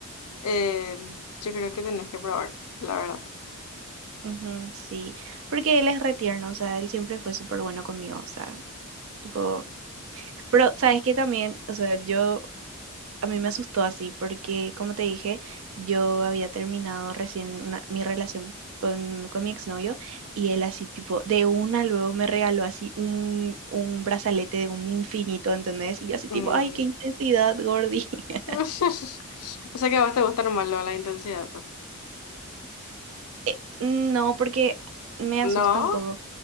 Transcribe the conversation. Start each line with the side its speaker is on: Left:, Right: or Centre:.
Left: Eh, yo creo que tenés que probar, la verdad.
Right: Ujú, sí, porque él es re tierno, o sea, él siempre fue súper bueno conmigo, o sea, tipo, pero sabes que también, o sea, yo a mí me asustó así porque, como te dije, yo había terminado recién una- mi relación con, con mi exnovio y él así tipo, de una luego me regaló así un, un brazalete de un infinito, ¿entendés? Y yo así
Left: Mm.
Right: tipo, ay, qué intensidad, Gordy. <laughs>
Left: <laughs> O sea que a vos te gusta nomás lo de la intensidad. pues.
Right: Eh, No, porque me asusta
Left: ¿No?
Right: un poco